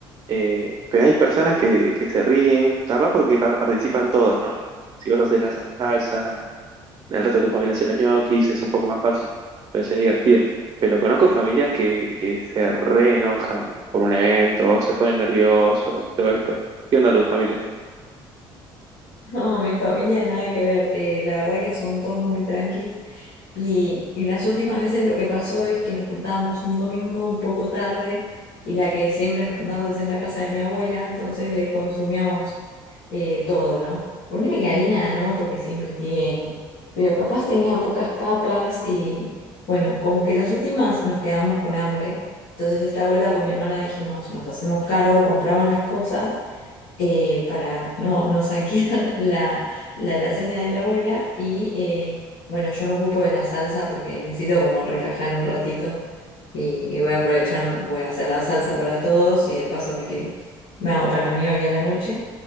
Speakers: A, on the right; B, on the left.
A: Eh, pero hay personas que, que se ríen, capaz porque pa- participan todos, ¿no? Si vos haces la salsa, el resto de tu familia hace los ñoquis, es un poco más fácil, entonces es divertido. Pero conozco familias que, que se reenojan por un evento, o se ponen nerviosos y todo esto. ¿Qué onda tu familia?
B: no, mi familia nada que ver. Eh, la verdad que son todos muy tranquilos. Y, y las últimas veces lo que pasó es que nos juntábamos un domingo un poco tarde y la que siempre nos juntábamos es en la casa de mi abuela, entonces le consumíamos eh, todo, ¿no? Ponele que harina, ¿no? Porque siempre tienen, pero capaz tenía pocas papas y bueno, como que las últimas nos quedamos con hambre. Entonces esta vuelta con mi hermana dijimos, nos hacemos cargo, compramos las cosas eh, para no, no saquear <laughs> la, la alacena de la abuela. Y eh, bueno, yo me ocupo de la salsa porque necesito como relajar un ratito y, y voy a aprovecharme, voy a hacer la salsa para todos y de paso me, que, me hago para mí hoy a la noche.